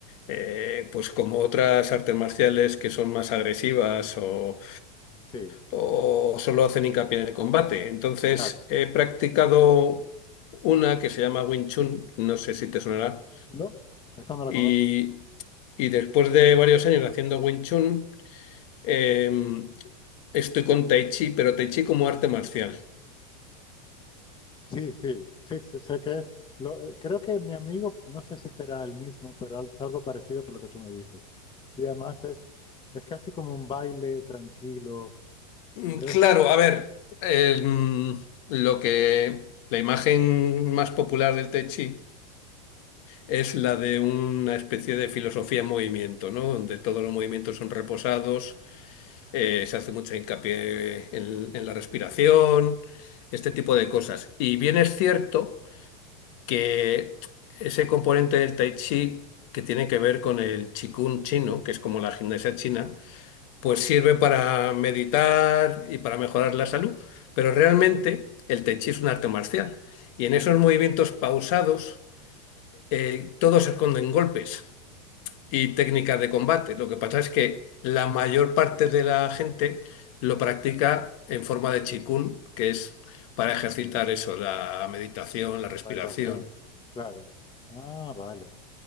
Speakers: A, on the left; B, on the left.
A: eh, pues como otras artes marciales que son más agresivas o,
B: Sí,
A: o solo hacen hincapié en el combate. Entonces
B: claro.
A: he practicado una que se llama Wing Chun, no sé si te sonará,
B: No, esa no la
A: y,
B: conozco.
A: y después de varios años haciendo Wing Chun, em, estoy con Tai Chi, pero Tai Chi como arte marcial.
B: Sí, sí, sí, sí, sé que es. Lo, creo que mi amigo, no sé si será el mismo, pero al- es algo parecido por lo que tú me dices. Y además es, es casi como un baile tranquilo,
A: Mm,
B: debe
A: Claro,
B: ser
A: a ver, el, mm, lo que la imagen más popular del Tai Chi es la de una especie de filosofía en movimiento, ¿no? Donde todos los movimientos son reposados, eh, se hace mucha hincapié en, en la respiración, este tipo de cosas. Y bien es cierto que ese componente del Tai Chi que tiene que ver con el Qigong chino, que es como la gimnasia china, pues sirve para meditar y para mejorar la salud, pero realmente el tai chi es un arte marcial y en esos movimientos pausados eh, todos se esconden golpes y técnicas de combate. Lo que pasa es que la mayor parte de la gente lo practica en forma de chikun, que es para ejercitar eso, la meditación, la respiración.
B: una meditación, claro. Ah, vale.